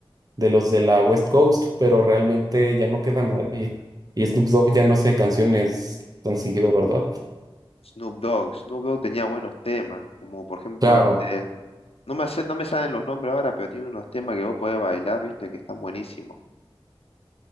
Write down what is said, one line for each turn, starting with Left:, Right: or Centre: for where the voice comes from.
Right: de los de la West Coast, pero realmente ya no queda nadie. Y Snoop Dogg ya no hace canciones tan seguido, ¿verdad?
Left: Snoop Dogg. Snoop Dogg tenía buenos temas, como por ejemplo
Right: Claro.
Left: este... No me, sé- no me salen los nombres ahora, pero tiene unos temas que vos podés bailar, ¿viste? Que están buenísimos.